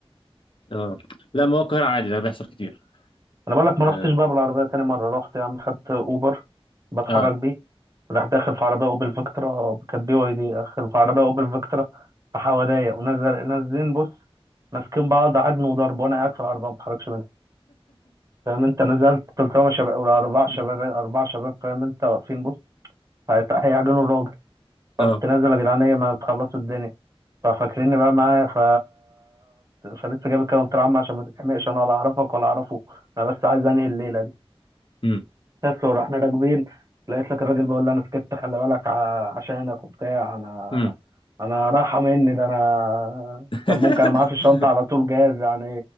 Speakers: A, on the left; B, on the right.
A: اه لا ما هو القاهره عادي ده بيحصل كتير
B: أنا بقول لك ما
A: اه
B: رحتش بقى بالعربية تاني مرة رحت يا عم خدت أوبر بتحرك
A: اه
B: بيه راح داخل في عربية أوبل فيكترا كانت بي واي دي داخل في عربية أوبل فيكترا في حواليا ونزل نازلين بص ماسكين بعض عجن وضرب وأنا قاعد في العربية ما بتحركش منها فاهم أنت نزلت قلت لهم يا شباب ولا أربع
A: <laughs>
B: شباب أربع شباب فاهم أنت واقفين بص هيت- هيعجنوا الراجل فرحت
A: اه
B: نازل يا جدعان إيه، ما تخلصوا الدنيا ففاكريني بقى معايا ف فلسه جايب الكلام طلع عم عشان ما تتحمقش انا ولا اعرفك ولا اعرفه انا بس عايز انهي الليله دي
A: امم
B: بس ورحنا راكبين لقيت لك الراجل بقول لي انا سكت خلي بالك ع- عشانك وبتاع انا
A: امم
B: انا رايحه مني ده انا
A: <laughs>
B: كان ممكن انا معايا في الشنطه على طول جاهز يعني